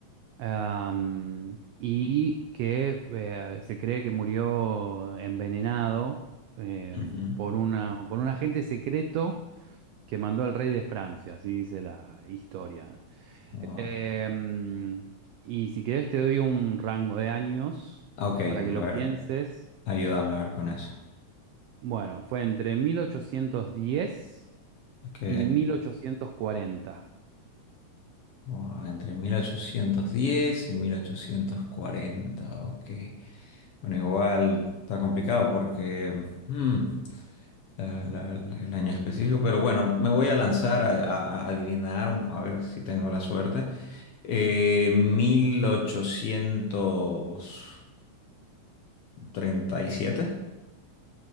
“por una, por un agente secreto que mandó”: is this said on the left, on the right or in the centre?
Right